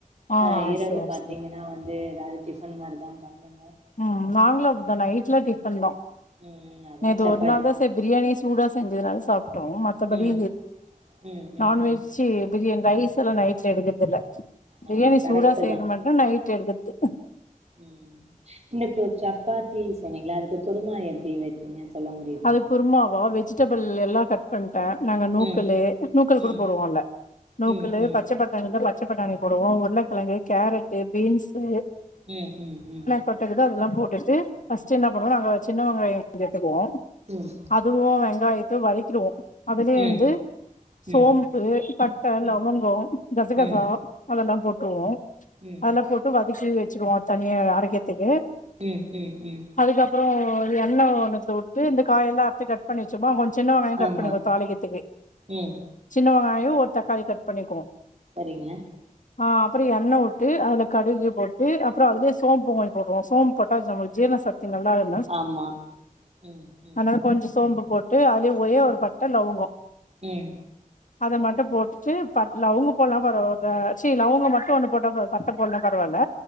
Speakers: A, on the left (about 65°); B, on the right (about 50°).
A: ஆ
B: அ இரவு
A: சேரி
B: பாத்தீங்கனா
A: சேரி
B: வந்து ஏதாவது டிஃபன் மாதிரிதா பண்ணணு
A: ம் நாங்களு அப்டி தா நைட்ல டிஃபன் தா
B: ம் அதா
A: நேத்து
B: சப்பாத்
A: ஒரு நாள் தா செரி பிரியாணி சூடா செஞ்சதுனால சாப்டோ ம த்தபடி
B: ம் ம் ம்
A: நான்வெஜ்ஜூ
B: ம்
A: பிரியாணி ரைஸ் எல்லா நைட்ல எடுக்கறதில்ல
B: ஆ
A: பிரியாணி
B: கரெக்ட்டு
A: சூடா செய்யணு
B: தா
A: மட்டு நைட் எடுக்குற்து
B: ம் இந்தக்கு சப்பாத்தி சொன்னீங்களா அதுக்கு குருமா எப்டி வச்சீங்க சொல்ல முடியுமா
A: அது குருமாவா வெஜிடேபிள் எல்லா கட் பண்ணிட்ட நாங்க நூக்கலு
B: ம்
A: நூக்கல் கூட
B: ம்
A: போடுவோம் அதுல நூக்கலு
B: ம் ம்
A: பச்ச பட் நாங்க இதுல பச்ச பட்டாணி போடுவோ உருளகெழங்கு கேரட்டு பீன்ஸு
B: ம் ம் ம்
A: தொட்டுக்குது அதெல்லா போட்டுட்டு ஃபஸ்டு என்ன பண்ணுவோ நாங்க சின்ன வெங்காயோ கொஞ்சோ எடுத்துக்குவோ
B: ம்
A: அதுவு வெங்காயத்தையு வதக்கிடுவோ அதுலே
B: ம்
A: வந்து சோம்பு
B: ம் ம்
A: பட்ட
B: ம்
A: லவங்கோ கசகசா
B: ம்
A: அதெல்லா போட்ருவோ
B: ம்
A: அதெல்லா போட்டு வதக்கி வச்சுக்குவோ தனியா அரைக்கிறதுக்கு
B: ம் ம் ம்
A: அதுக்கப்பறோ எண்ணெ ஒண்ணுத்துல விட்டு இந்த காயெல்லா அறுத்து க ட் பண்ணிவச்சோமா கொஞ்சோ சின்ன வெங்காயோ கட்
B: ஆமா
A: பண்ணிக்கோ தாளிகத்துக்கு
B: ம்
A: சின்ன வெங்காயோ ஒரு தக்காளி கட் பண்ணிக்குவோ
B: செரிங்க
A: ஆ அப்பறோ எண்ணெவுட்டு அதுல கடுகு போட்டு அப்புறோ அதுலே சோம்பு வாங்கி போடுவோ சோம் பொட்டாஷம் நம்ளுக்கு ஜீர்ண சக்தி நல்லா இருக்
B: ஆமா ம் ம்
A: அதனால கொஞ்ச சோம்பு போட்டு அதுலே ஒரே ஒரு பட்ட லவங்கோ
B: ம்
A: அத மட்டு போட்டுட்டு பட் லவங்க போடலா பரவாயில்ல செரி லவங்க மட்டும் ஒண்ணு போட்டா ப பட்ட போட்லா பரவாயில்ல